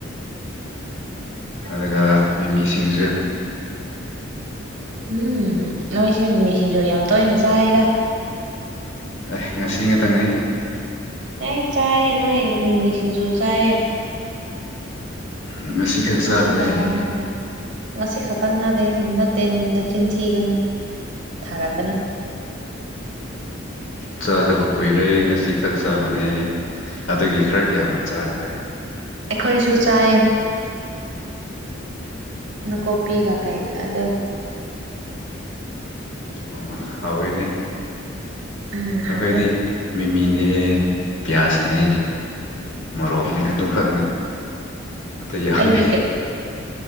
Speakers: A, on the left; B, on the right.
A: ꯑꯗꯨꯒ ꯃꯤꯃꯤ ꯁꯤꯡꯖꯨ
B: ꯎꯝ ꯅꯣꯏꯁꯦ ꯃꯤꯃꯤꯁꯤꯡꯖꯨ ꯌꯥꯝ ꯇꯣꯏꯅ ꯆꯥꯏꯗ
A: ꯑꯦ ꯉꯁꯤ ꯉꯥꯇꯪꯅꯦ
B: ꯑꯦ ꯆꯥꯏꯌꯦ ꯅꯣꯏ ꯃꯤꯃꯤꯁꯤꯡꯖꯨ ꯆꯥꯏꯌꯦ
A: ꯉꯁꯤ ꯈꯛ ꯆꯥꯕꯅꯦ
B: ꯉꯁꯤ ꯈꯛꯇꯪ
A: ꯑꯩ
B: ꯅꯠꯇꯦ ꯉꯁꯤ ꯈꯛꯇꯪ ꯅꯥꯗꯦ ꯅꯠꯇꯦ ꯅ ꯆꯤꯟꯊꯤꯒꯅꯨ ꯊꯥꯔꯛꯀꯅꯤ
A: ꯆꯥꯗꯕ ꯀꯨꯏꯔꯦ ꯉꯁꯤ ꯈꯛ ꯆꯥꯕꯅꯦ ꯑꯗꯨꯒꯤ ꯈꯔꯛ ꯌꯥꯝꯅ ꯆꯥꯈꯔꯦ
B: ꯑꯩꯈꯣꯏꯁꯨ ꯆꯥꯏ ꯅꯀꯣꯄꯤꯒ ꯀꯩꯂꯥ ꯑꯗꯣ
A: ꯑꯣ ꯍꯥꯎꯋꯤꯅꯦ
B: ꯎꯝ
A: ꯑꯩꯈꯣꯏꯗꯤ
B: ꯍꯥꯎꯋꯦ
A: ꯃꯤꯃꯤꯅꯦ ꯄꯤꯌꯥꯁꯅꯦ ꯃꯣꯔꯣꯛꯅꯦ ꯑꯗꯨꯈꯛꯅꯦ ꯑꯇꯩ ꯌꯥꯎꯗꯦ
B: ꯑꯩꯗꯤ ꯀꯩ